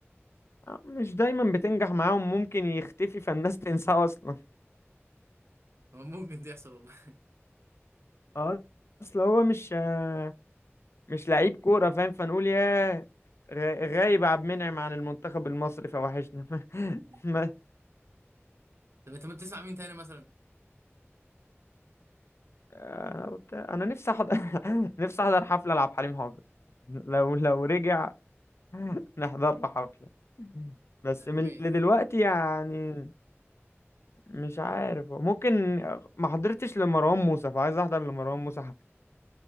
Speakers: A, on the left (about 65°); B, on the right (about 70°).
A: آه، مش دايما بتنجح معاهم ممكن يختفي فالناس <laughs> تنساه اصلا
B: هو ممكن دي يحصل والله
A: اه اصل هو مش آه، مش لعيب كورة فاهم فنقول يا غ- غايب عبد المنعم عن المنتخب المصري فوحشنا <laughs>
B: مم.
A: ما
B: طب انت ما بتسمع مين تاني مثلا
A: انا قلت انا نفسي احضر <laughs> نفسي احضر حفلة لعبد الحليم حافظ لو لو رجع <laughs> نحضر له حفلة بس
B: يا عمي
A: من اللي دلوقتي يعني مش عارف ممكن ما حضرتش لمروان موسى فعايز احضر لمروان موسى حفلة